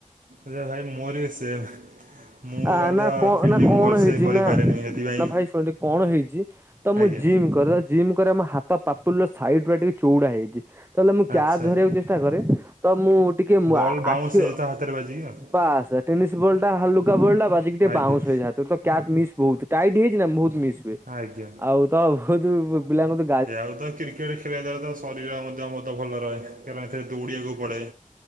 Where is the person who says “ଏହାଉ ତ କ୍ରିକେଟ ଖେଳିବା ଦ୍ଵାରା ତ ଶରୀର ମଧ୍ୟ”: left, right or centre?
Right